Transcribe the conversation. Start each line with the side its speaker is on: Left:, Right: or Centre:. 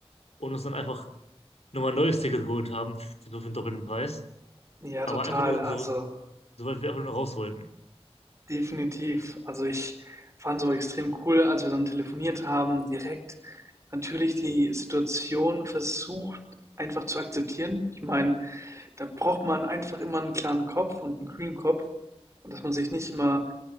Left: und uns dann einfach nochmal ein neues Ticket geholt haben für, für den doppelten Preis.
Right: Ja, total.
Left: Aber einfach nur
Right: Also
Left: so, soweit wir einfach nur raus wollten.
Right: definitiv. Also ich fand es auch extrem cool, als wir dann telefoniert haben, direkt natürlich die Situation versucht einfach zu akzeptieren. Ich meine, da braucht man einfach immer einen klaren Kopf und einen kühlen Kopf und dass man sich nicht immer